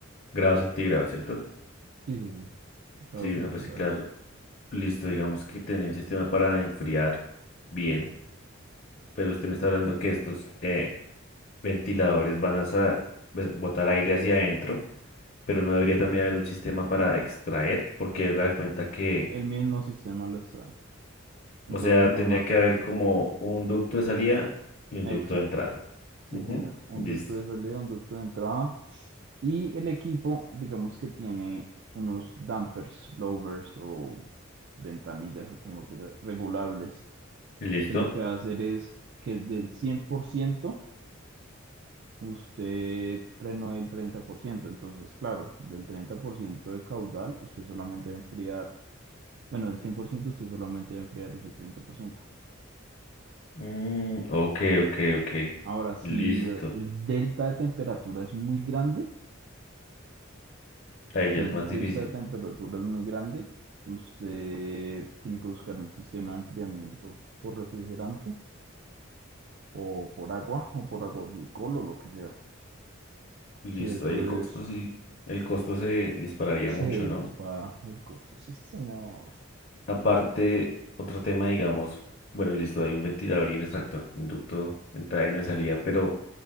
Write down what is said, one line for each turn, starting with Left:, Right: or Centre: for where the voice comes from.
Left: grados centígrados, ¿cierto?
Right: Sí, sí, sí, grados
Left: Sí, no,
Right: centígrados.
Left: pues sí, claro. Listo, digamos que tener un sistema para enfriar bien, pero usted me está hablando que estos eh, ventiladores van a sa- pues, botar aire hacia adentro, pero no debería también haber un sistema para extraer, porque da cuenta que,
Right: El mismo sistema lo extrae.
Left: o
Right: Entonces
Left: sea,
Right: normalmente,
Left: tendría que haber como un ducto de salida y un
Right: exacto.
Left: ducto de entrada.
Right: Sí,
Left: Ujú,
Right: señor. Un
Left: Listo.
Right: ducto de salida, un ducto de entrada. Y el equipo, digamos que tiene unos dampers, lowers o ventanillas o como lo quiera, regulables,
Left: ¿Listo?
Right: que lo que va a hacer es que del 100% usted frenó el treinta por ciento, Entonces, claro, del 30% de caudal, usted solamente va a enfriar, bueno, del 100% usted solamente va a enfriar ese 30%.
Left: Mm, ok, ok, ok.
Right: Ahora, si
Left: Listo.
Right: el el delta de temperatura es muy grande,
Left: Ahí ya
Right: Si el
Left: es más difícil.
Right: delta de temperatura es muy grande, usted tiene que buscar un sistema de enfriamiento por refrigerante o por agua o por agua glicol o lo que sea.
Left: Listo,
Right: Que eso
Left: ahí el
Right: es,
Left: costo sí, el costo se dispararía
Right: se
Left: mucho,
Right: dispara
Left: ¿no?
Right: el costo. Sí, señor.
Left: Aparte, otro tema, digamos, bueno, listo, hay un ventilador y un extractor, un ducto de entrada y uno de salida, pero